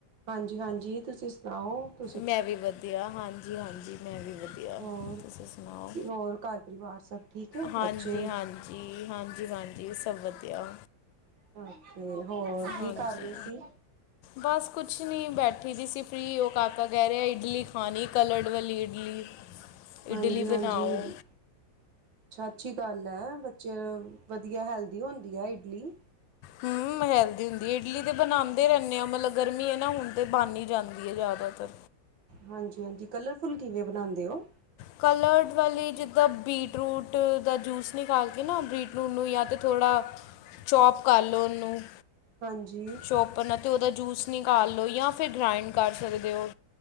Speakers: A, on the right; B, on the left.
A: ਹਾਂਜੀ ਹਾਂਜੀ। ਤੁਸੀਂ ਸੁਣਾਓ, ਤੁ
B: ਮੈਂ ਵੀ ਵਧੀਆ, ਹਾਂਜੀ ਹਾਂਜੀ ਮੈਂ ਵੀ ਵਧੀਆ,
A: ਹੋਰ
B: ਤੁਸੀਂ ਸੁਣਾਓ।
A: ਹੋਰ, ਘਰ-ਪਰਿਵਾਰ ਸਭ ਠੀਕ ਹੈ
B: ਹਾਂਜੀ
A: ਬੱਚੇ
B: ਹਾਂਜੀ, ਹਾਂਜੀ ਹਾਂਜੀ, ਸਭ ਵਧੀਆ।
A: ਓਹੋ ਹੋਰ
B: ਹਾਂਜੀ
A: ਕੀ ਕਰ ਰਹੇ ਸੀ?
B: ਬਸ ਕੁਛ ਨਹੀ ਬੈਠੀ ਪੀ ਸੀ। ਨੀ ਏਹ ਕਾਕਾ ਕਹਿ ਰਿਹਾ, ਇਡਲੀ ਖਾਣੀ, ਕਲਰਡ ਵਾਲੀ ਇਡਲੀ।
A: ਹਾਂਜੀ
B: ਇਡਲੀ
A: ਹਾਂਜੀ।
B: ਬਣਾਓ
A: ਛਛੀ ਗੱਲ ਐ, ਬੱਚੇ ਲਈ ਵਧੀਆ ਹੈਲਦੀ ਹੁੰਦੀ ਐ ਇਡਲੀ।
B: ਹੂੰ ਨੀ ਹੈਲਦੀ ਹੁੰਦੀ ਹੈ ਇਡਲੀ ਤੇ ਬਣਾਦੇ ਰਹਿੰਦੇ ਆ ਮਤਲਬ, ਗਰਮੀ ਹੈ ਨਾ ਹੁਣ ਤੇ ਬਣ ਹੀ ਜਾਂਦੀ ਐ ਜ਼ਿਆਦਾਤਰ।
A: ਹਾਂਜੀ, ਹਾਂਜੀ, ਕਲਰਫੁੱਲ ਕਿਵੇਂ ਬਣਾਦੇ ਓ?
B: ਕਲਰਡ ਵਾਲੀ ਜਿੱਦਾਂ ਬੀਟਰੂਟ ਦਾ ਜੂਸ ਨਿਕਾਲ ਕੇ ਨਾ ਬੀਟ ਉਹਨੂੰ ਜਾਂ ਤਾਂ ਥੋੜ੍ਹਾ ਚੌਪ ਕਰ ਲਓ, ਉਨੂੰ
A: ਹਾਂਜੀ।
B: ਚੋਪਰ ਨਾਲ ਤੇ ਉਹਦਾ ਜੂਸ ਨਿਕਾਲ ਲਓ, ਜਾਂ ਫਿਰ ਗ੍ਰਾਈੰਡ ਕਰ ਸਕਦੇ ਓ।